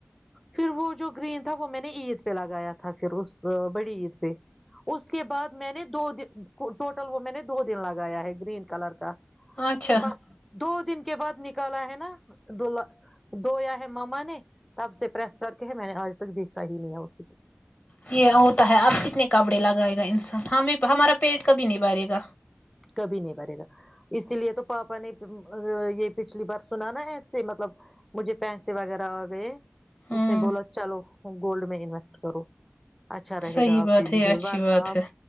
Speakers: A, in the centre; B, on the left (about 40°).
A: پھر وہ جو گرین تھا وہ میں نے عید پہ لگایا تھا پھر اس بڑی عید پہ اس کے بعد میں نے دو د ٹوٹل وہ میں نے دو دن لگایا ہے گرین کلر کا
B: اچھا
A: بس دو دن کے بعد نکالا ہے نا دلہ دھویا ہے ماما نے تب سے پس کر کے ہے میں نے آج تک دیکھا ہی نہیں آ
B: یہ ہوتا ہے اب کتنے کپڑے لگائے انسان ہمیں ہمارا پیٹ کبھی نہیں بھرے گا
A: کبھی نہیں بھرے گا اسی لیے تو پاپا نے یہ پچھلی بار سنا نا ایسے مطلب مجھے پیسے وغیرہ آ گئے
B: ہوں
A: اس نے بولا چلو گولڈ میں انویسٹ کرو اچھا رہے
B: صحیح
A: گا آپ
B: بات
A: کے لیے
B: ہے یہ اچھی
A: ورنپ
B: بات ہے